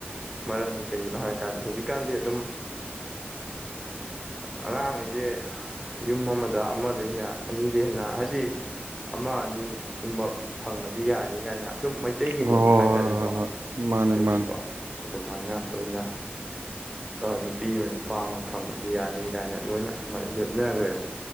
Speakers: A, in the centre; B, on the right.
A: ꯃꯔꯝꯗꯤ ꯀꯩꯒꯤꯅꯣ ꯍꯥꯏꯀꯥꯟꯗ ꯍꯧꯖꯤꯛꯀꯥꯟꯗꯤ ꯑꯗꯨꯝ ꯑꯉꯥꯡꯈꯩꯁꯦ ꯌꯨꯝ ꯑꯃꯗ ꯑꯃꯗꯩ ꯍꯦꯟ ꯅ ꯑꯅꯤꯗꯩ ꯍꯦꯟ ꯍꯥꯏꯗꯤ ꯑꯃ ꯑꯅꯤꯒꯨꯝꯕ ꯐꯪꯉꯗꯤ ꯌꯥꯔꯤ ꯀꯥꯏꯅ ꯑꯁꯨꯝ ꯃꯩ ꯃꯩꯇꯩꯒꯤ
B: ꯍꯣꯏ ꯍꯣꯏ ꯍꯣꯏ
A: ꯂꯣꯟꯗ ꯍꯥꯏꯇꯥꯔꯦꯀꯣ
B: ꯍꯣꯏ ꯃꯥꯅꯦ
A: ꯆꯨꯝꯃꯤꯀꯣ
B: ꯃꯥꯅꯦ
A: ꯑꯗꯨꯃꯥꯏꯅ ꯂꯣꯏꯅ ꯅꯨꯄꯤ ꯑꯃ ꯅꯨꯄꯥ ꯑꯃ ꯐꯪꯉꯗꯤ ꯌꯥꯔꯦ ꯀꯥꯏꯅ ꯂꯣꯏꯅ ꯑꯗꯨꯃꯥꯏꯅ ꯂꯦꯞꯅꯈ꯭ꯔꯦꯕ